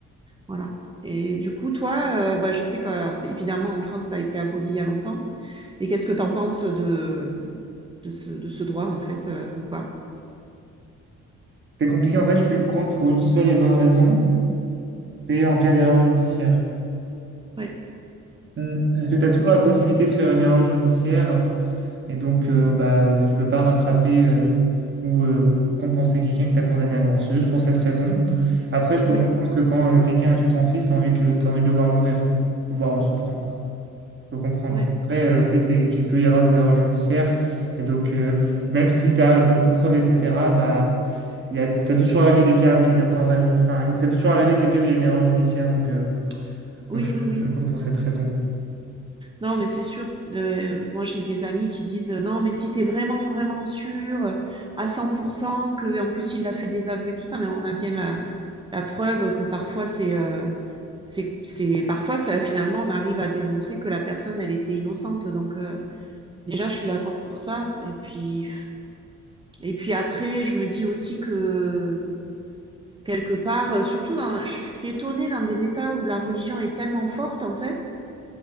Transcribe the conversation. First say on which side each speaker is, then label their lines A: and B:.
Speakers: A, on the right; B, on the right.
A: Voilà. Et du coup, toi, euh, bah, je sais qu'évidemment, en France, ça a été aboli il y a longtemps. Et qu'est-ce que t'en penses de, de ce, de ce droit, en fait, euh, ou pas?
B: C'est compliqué, en fait, je suis contre pour une seule et bonne raison, c'est en cas d'erreur judiciaire.
A: Ouais.
B: Hmm. Parce que tu
A: Oui,
B: as toujours
A: oui,
B: la possibilité de faire une erreur judiciaire Et donc, euh, bah, euh, tu peux pas rattraper euh, ou euh, compenser quelqu'un que tu as condamné à mort. C'est juste pour cette raison. Après, je peux
A: oui,
B: comprendre que quand euh, quelqu'un a tué ton fils, tu as envie que, t'as envie de le voir mourir, voire en souffrant. Je peux comprendre.
A: ouais.
B: Mais Après, euh, le fait, c'est qu'il peut y avoir des erreurs judiciaires. Et donc, euh, même si tu as beaucoup de preuves, etc., bah, il y a, ça peut toujours arriver des cas où il y a une, enfin, bref, enfin, ça peut toujours arriver des cas où il y a une erreur judiciaire. Donc, euh,
A: Oui,
B: donc je,
A: oui, oui.
B: je le compte pour cette raison.
A: Non, mais c'est sûr. Euh, moi, j'ai des amis qui disent, euh, non, mais si t'es vraiment, vraiment sûr euh, à 100% que, en plus, il a fait des aveux et tout ça, mais on a bien la, la preuve que parfois, c'est, euh, c'est, c'est, parfois, ça, finalement, on arrive à démontrer que la personne, elle était innocente. Donc, euh, Déjà, je suis d'accord pour ça. Et puis, et puis après, je me dis aussi que quelque part, euh, surtout dans, je suis étonnée dans des États où la religion est tellement forte, en fait,